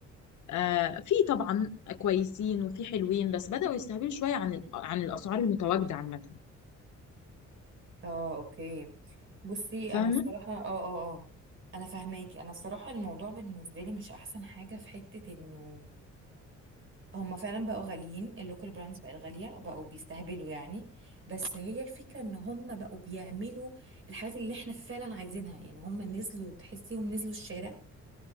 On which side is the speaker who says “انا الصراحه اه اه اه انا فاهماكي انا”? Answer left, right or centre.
Right